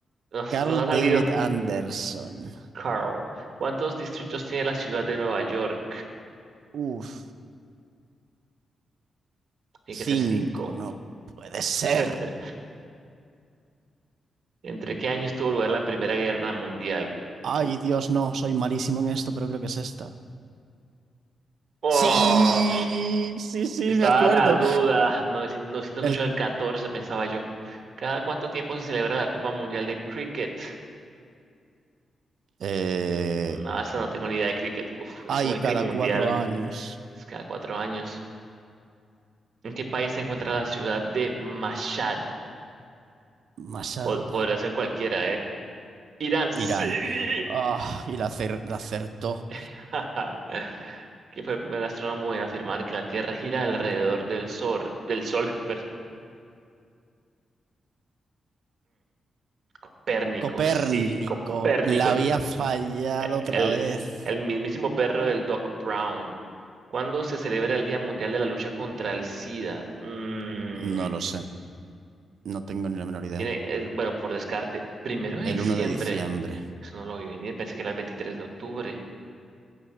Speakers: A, on the right; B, on the right.
A: Nos,
B: Carl
A: nos ha salido
B: David Anderson.
A: Carl. ¿Cuántos distritos tiene la ciudad de Nueva York?
B: Uf.
A: Tiene
B: Cinco,
A: que ser cinco.
B: no puede ser.
A: <laughs> ¿Entre qué años tuvo lugar la Primera Guerra Mundial?
B: Ay, Dios, no, soy malísimo en esto, pero creo que es esta.
A: Oh,
B: Sí, sí, sí,
A: estaba
B: me acuerdo.
A: la duda. 908
B: El,
A: al 14, pensaba yo. ¿Cada cuánto tiempo se celebra la Copa Mundial de Cricket?
B: eh,
A: No, esa no tengo ni idea de cricket. Uf, es
B: ay,
A: igual
B: cada
A: que el Mundial.
B: cuatro años.
A: Es cada cuatro años. ¿En qué país se encuentra la ciudad de Mashhad?
B: Masad,
A: Po- podría ser cualquiera, ¿eh? Irán,
B: Irán.
A: sí.
B: Ah, y la, acer- la acertó.
A: <laughs> ¿Quién fue el primer astrónomo en afirmar que la Tierra gira alrededor del Sol? Del Sol, <laughs> perdón. Copérnico,
B: Copérnico,
A: sí, Copérnico,
B: la
A: el,
B: había fallado
A: el,
B: otra vez.
A: el mismísimo perro del Doc Brown. ¿Cuándo se celebra el Día Mundial de la Lucha contra el SIDA? Mm,
B: No lo sé, no tengo ni la menor idea.
A: tiene, eh, bueno, por descarte, primero de
B: El
A: diciembre.
B: 1 de diciembre.
A: Eso no lo vi venir, pensé que era el 23 de octubre.